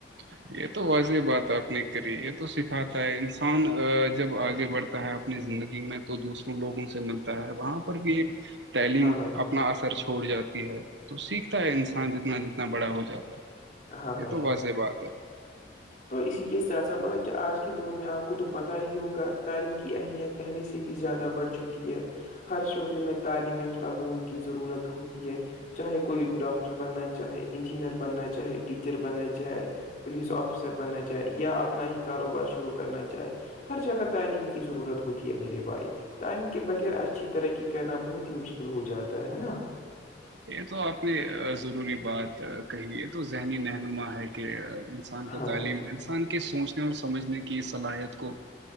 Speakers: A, on the right; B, on the left.
A: اچھ یہ تو واضح بات آپ نے کری یہ تو سکھاتا ہے انسان جب آگے بڑھتا ہے اپنی زندگی میں تو دوسروں لوگوں سے ملتا ہے وہاں پر بھی ایک تعلیم
B: ہاں بھائی جان
A: اپنا اثر چھوڑ جاتی ہے تو سیکھتا ہے انسان جتنا جتنا بڑا ہو جاتا ہے
B: ہاں بھائی
A: یہ تو
B: جان
A: ویسے بات ہے
B: تو اسی کے ساتھ ساتھ مطلب کہ آج کے دور میں آپ کو تو پتہ ہی ہوگا تعلیم کی اہمیت پہلے سے بھی زیادہ بڑھ چکی ہے ہر شعبے میں تعلیم یافتہ لوگوں کی ضرورت ہوتی ہے چاہے کوئی ڈاکٹر بننا چاہے انجینئر بننا چاہے ٹیچر بننا چاہے پولیس آفسر افسر بننا چاہے یا اپنا ہی کاروبار شروع کرنا چاہے ہر جگہ تعلیم کی ضرورت ہوتی ہے میرے بھائی تعلیم کے بغیر اچھی طرقی کرنا بہت ہی مشکل ہو جاتا ہے نا
A: یہ تو آپ نے ضروری بات کہی یہ تو ذہنی رہنما ہے کہ ان انسان کو
B: ہاں
A: تعلیم
B: بھائی جان
A: انسان کے سوچنے اور سمجھنے کی صلاحیت کو